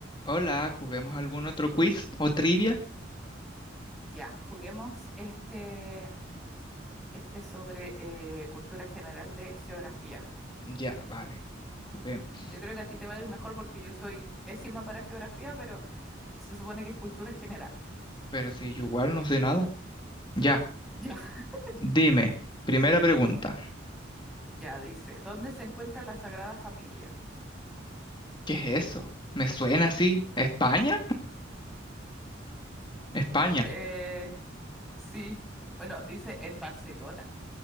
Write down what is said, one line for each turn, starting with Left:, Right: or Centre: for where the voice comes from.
Left: Hola, ¿juguemos algún otro quiz o trivia?
Centre: Ya, juguemos este, este sobre eh, cultura general de geografía.
Left: Ya, vale, juguemos.
Centre: Yo creo que a ti te va a ir mejor porque yo soy pésima para geografía, pero se supone que es cultura general.
Left: Pero si yo igual no sé nada. Ya,
Centre: Ya, <laughs>
Left: dime, primera pregunta.
Centre: ya dice, ¿dónde se encuentra la Sagrada Familia?
Left: ¿Qué es eso? ¿Me suena así? ¿España? España.
Centre: Eh, sí, bueno, dice en Barcelona,